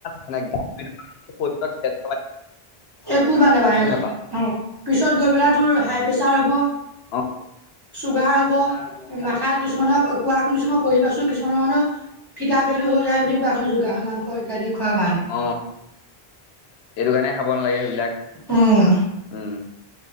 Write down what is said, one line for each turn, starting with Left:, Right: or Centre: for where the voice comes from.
Left: মানে গাহৰিটো শৰীৰত ফেট
Right: একো নাবাঢ়ে।
Left: নাপাওঁ
Right: অ পিছত গৈ পেলাই তোৰ হাই প্ৰেচাৰ হ'ব।
Left: অঁ
Right: চুগাৰ হ'ব মাথাত কিছুমানৰ কোৱা শুনিছো মই পঢ়ি পাইছো কিছুমানৰ মানুহৰ ফিটা পেলু হৈ যায় বুলি কোৱা শুনিছো গাহৰি মাংস ইত্যাদি খোৱাৰ কাৰণে।
Left: অ, সেইটো কাৰণে খাব নালাগে সেইবিলাক
Right: উম
Left: উম,